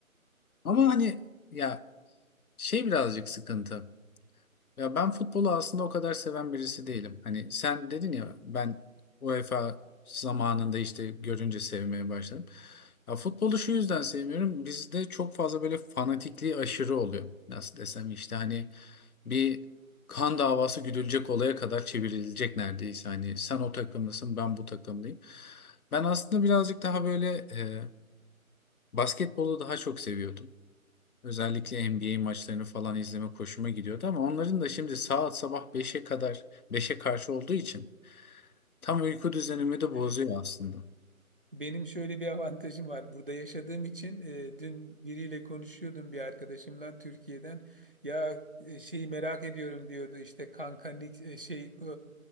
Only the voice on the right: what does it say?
Evet.
Benim şöyle bir avantajım var. Burada yaşadığım için e, dün biriyle konuşuyordum bir arkadaşımla Türkiye'den. Ya e, şeyi merak ediyorum diyordu işte kanka Nick- e, şey